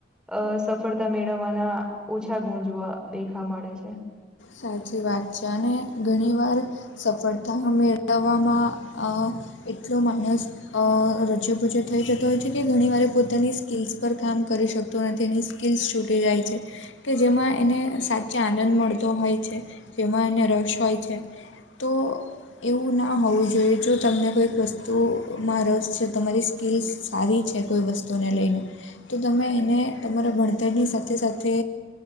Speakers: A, in the centre; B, on the left.
A: અ સફળતા મેળવવાના ઓછા ગુણ જોવા દેખા મળે છે
B: સાચી વાત છે અને ઘણી વાર સફળતા મેળવવામાં આ એટલો માણસ રચ્યોપૂચો થઈ જતો હોય છે કે ઘણીવાર પોતાની સ્કિલ્સ પર કામ કરી શકતો નથી એની સ્કીલ્સ છૂટી જાય છે કે જેમાં એને સાચે આનંદ મળશે તો હોય છે જેમાં એને રસ હોય છે તો એવું ના હોવું જોઈએ જો તમને કોઈક વસ્તુમાં રસ છે તમારી સ્કિલસ સારી છે કોઈ વસ્તુને લઈને તો તમે એને તમારા ભણતરની સાથે સાથે